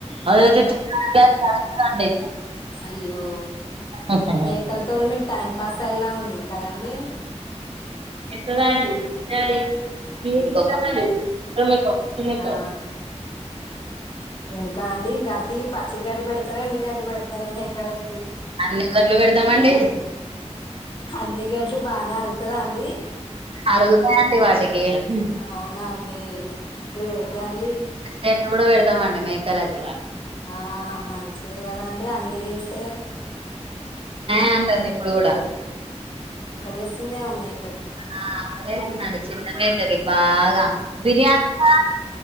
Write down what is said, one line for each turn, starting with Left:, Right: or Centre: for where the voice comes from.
Right: అదైతే <unintelligible> అండి
Left: అయ్యో
Right: ఉహుహు.
Left: మేకలతోని మీకు టైం పాస్ అయ్యేలా ఉంది కదండి
Right: ఎట్టున్నదండీ <unintelligible> <unintelligible>
Left: ఆ ఇంకా అండి గడ్డి పచ్చి గడ్డి పెడుతారా ఎండు గడ్డి పెడుతారా మేకలకి
Right: అన్ని గడ్లు పెడుతామండి
Left: అన్ని గడ్లు బానే అరుగుతదా అండి
Right: అరుగుతాయ్ అండి వటిక్ <unintelligible>
Left: అవునా అండి గ్రేటే అండి
Right: త్త మండి మేకలాక్
Left: ఆ మంచిదే కదాండి అన్ని తింటే
Right: టాన్ది ఇప్పుగుడా
Left: లేస్తుదేమో మేకక్
Right: ఆ అదే అయితుందండి చిన్న మేకకి బాగా బిర్యానీ కూడ